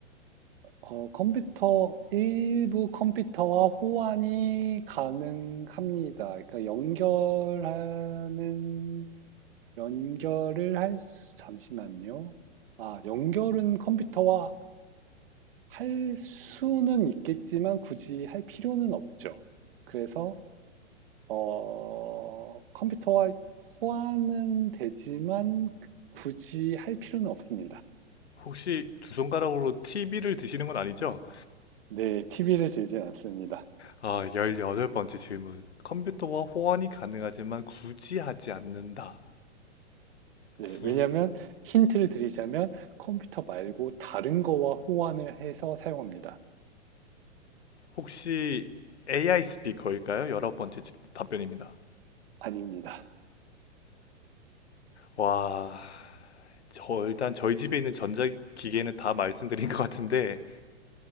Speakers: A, on the right; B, on the left.
A: 어, 컴퓨터, 일부 컴퓨터와 호환이 가능합니다. 그러니까 연결하는 연결을 할 수, 잠시만요. 아, 연결은 컴퓨터와 할 수는 있겠지만 굳이 할 필요는 없죠. 그래서, 어, 컴퓨터와 호환은 되지만 굳이 할 필요는 없습니다.
B: 혹시 두 손가락으로 TV를 드시는 건 아니죠?
A: 네, TV를 들진 않습니다.
B: 아, 열여덟 번째 질문. 컴퓨터와 호환이 가능하지만 굳이 하지 않는다.
A: 네,
B: 구-
A: 왜냐면 하 힌트를 드리자면 컴퓨터 말고 다른 거와 호환을 해서 사용합니다.
B: 혹시 AI 스피커일까요? 열 열아홉 번째 질- 답변입니다.
A: 아닙니다.
B: 와, 저 일단 저희 집에 있는 전자기기는 다 말씀드린 것 같은데